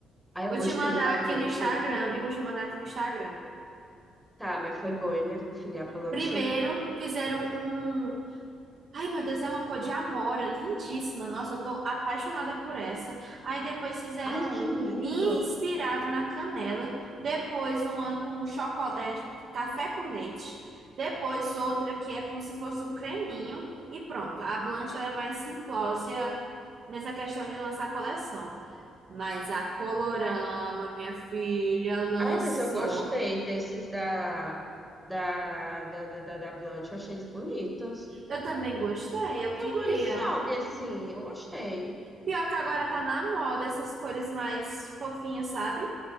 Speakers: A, in the centre; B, on the right (about 55°).
A: Aí eu
B: Vou te
A: gostei
B: mandar
A: da Blanche.
B: aqui no Instagram, viu? Vou te mandar aqui no Instagram.
A: Tá, mas foi boa, hein, minha filha? A Blanche.
B: Primeiro, fizeram um Ai, meu Deus, é uma cor de amora, lindíssima. Nossa, eu tô apaixonada por essa. Aí depois fizeram
A: Ai, que
B: um
A: lindo!
B: inspirado na canela, depois uma com chocolate, café com leite, depois outra que é como se fosse um creminho e pronto. A Blanche ela é mais simplória nessa questão de lançar coleção. Mas a Colorama, minha filha, lançou.
A: Ai, mas eu gostei desses da, da, da, da, da, da Blunt. Eu achei eles bonitos.
B: Eu também gostei, eu
A: São
B: queria.
A: cores sóbrias, assim. Eu gostei.
B: Pior que agora tá na moda essas cores mais fofinhas, sabe?